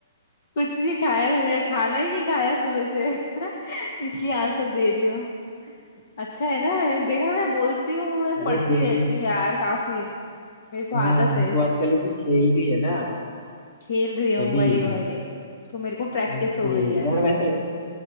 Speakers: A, on the left; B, on the left.
A: कुछ नहीं खाया मैंने खाना ही नहीं खाया सुबह से <laughs> इसलिए आंसर दे रही हूँ अच्छा है ना मैं देखा मैं बोलती हूँ मैं पढ़ती
B: अरे बिल्कुल
A: रहती हूँ यार काफी मेरे को
B: हाँ
A: आदत है इस
B: तू आजकल
A: चीज की
B: ऐसे खेल रही है ना
A: खेल रही हूँ
B: तभी
A: वही वही तो मेरे को प्रैक्टिस
B: ओके
A: हो गई है
B: यार वैसे